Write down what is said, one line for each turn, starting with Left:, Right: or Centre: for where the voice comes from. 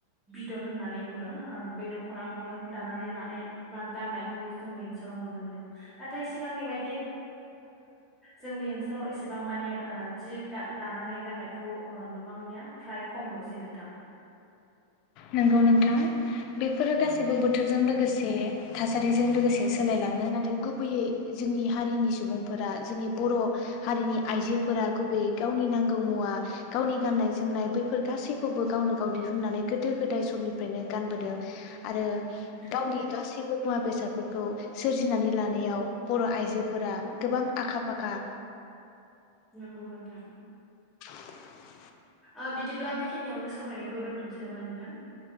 Centre: बिदन होननानै बुङो ओ बे दख'नाखौबो दानानै लानाय बा गाननाय नायखौ जोंनि ओनसोलाव नुनो मोनो नाथाय सिगांनि बायदि जोंनि ओनसोलाव एसेबां माने जि दानानै गाननायखौ नुबांलिया फ्राय खम नुसै नोंथां
Left: नंगौ नोंथां बेफोरो गासैबो बोथोरजों लोगोसे थासारिजों लोगोसे सोलायलाङो नाथाय गुबैयै जोंनि हारिनि सुबुंफोरा जोंनि बर' हारिनि आइजोफोरा गुबैयै गावनि नांगौ मुवा गावनि गाननाय जोमनाय बैफोर गासैखौबो गावनो गाव दिहुननानै गोदो गोदाय समनिफ्रायनो गानबोदों आरो
Centre: नंगौ नोंथां।
Left: गावनि गासैबो मुवा बेसादफोरखौ खौ सोरजिनानै लानायाव बर' आइजोफोरा गोबां आखा फाखा
Centre: नंगौ नोंथां
Left: <inaudible>
Centre: ओ बिदिब्ला बेखिनियावनो सावरायनायखौ दोनथ'नोसै नामा नोंथां